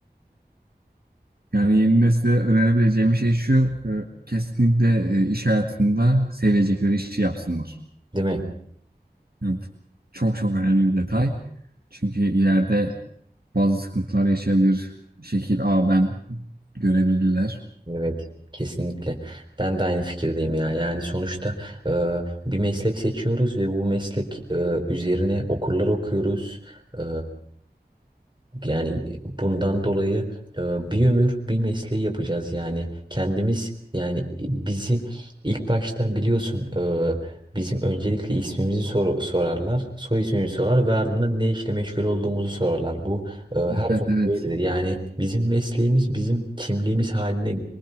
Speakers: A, on the right; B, on the right.
A: Yani yeni nesile önerebileceğim şey şu, e, kesinlikle e, iş hayatında sevecekleri işi yapsınlar.
B: değil mi?
A: Yani bu çok çok önemli bir detay. Çünkü ileride bazı sıkıntılar yaşayabilir. Şekil A ben görebilirler.
B: Evet, kesinlikle. Ben de aynı fikirdeyim ya. Yani sonuçta e, bir meslek seçiyoruz ve bu meslek e, üzerine okurlar okuyoruz. E, yani bundan dolayı e, bir ömür bir mesleği yapacağız yani. Kendimiz yani bizi ilk başta biliyorsun e, bizim öncelikle ismimizi sor- sorarlar, soy ismimizi sorarlar ve ardından ne işle meşgul olduğumuzu sorarlar. Bu ee, Her zaman
A: Evet evet.
B: böyledir. Yani bizim mesleğimiz bizim kimliğimiz haline